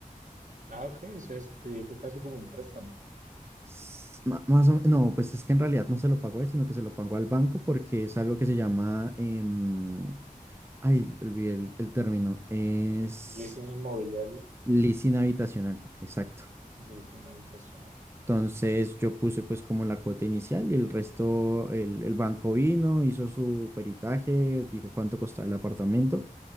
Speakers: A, on the right; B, on the right.
A: Ah, ok, o sea, es- te- fue casi como un préstamo.
B: S- ma- Más o- no, pues es que en realidad no se lo pago a él, sino que se lo pago al banco porque es algo que se llama, em, ay, olvidé el, el término, es
A: Leasing inmobiliario,
B: leasing habitacional, exacto.
A: leasing habitacional.
B: Entonces yo puse pues como la cuota inicial y el resto, el, el banco vino, hizo su peritaje, dijo cuánto costaba el apartamento.